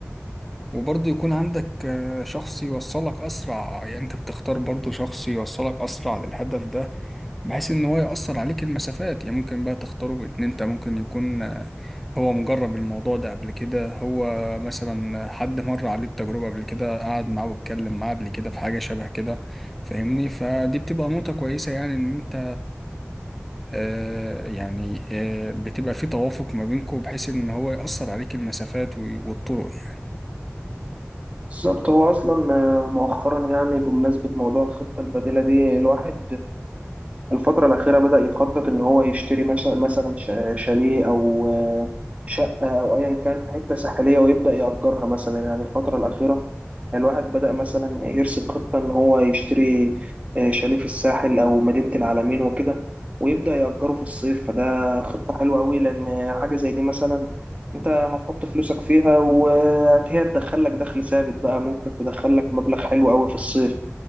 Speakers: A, in the centre; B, on the right.
A: وبرضه يكون عندك آه، شخص يوصلك أسرع يعني أنت بتختار برضه شخص يوصلك أسرع للهدف ده بحيث إن هو يأثر عليك المسافات يعني ممكن بقى تختاره بإن أنت ممكن يكون آه، هو مجرب الموضوع ده قبل كده هو مثلا آه، حد مر عليه التجربة قبل كده قعد معاه واتكلم معاه قبل كده في حاجة شبه كده فاهمني فدي بتبقى نقطة كويسة يعني إن أنت آه، يعني آه، بتبقى في توافق ما بينكم بحيث إن هو يأثر عليك المسافات والطرق يعني
B: بالظبط هو أصلا مؤخرا يعني بمناسبة موضوع الخطة البديلة دي الواحد الفترة الأخيرة بدأ يخطط إن هو يشتري مثلا مثلا شا- شاليه أو آه، شقة أو أيا كان في حتة ساحلية ويبدأ يأجرها مثلا يعني الفترة الأخيرة الواحد بدأ مثلا يرسم خطة إن هو يشتري آه، شاليه في الساحل أو مدينة العلمين وكده ويبدأ يأجره في الصيف فده خطة حلوة أوي لأن حاجة زي دي مثلا أنت هتحط فلوسك فيها وهي تدخلك دخل ثابت بقى ممكن تدخلك مبلغ حلو أوي في الصيف.